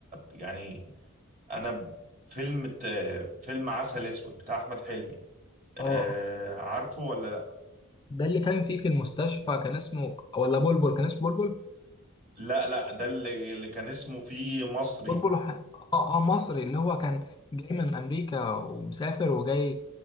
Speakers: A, on the right; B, on the left.
A: يعني انا فيلم فيلم عسل اسود بتاع احمد حلمي
B: اه
A: آه
B: آه.
A: عارفه ولا لا
B: ده اللي كان فيه في المستشفى كان اسمه ولا بلبل كان اسمه بلبل
A: لا لا ده اللي, اللي كان اسمه فيه مصري
B: بلبل ح- اه اه مصري اللي هو كان جاي من امريكا ومسافر وجاي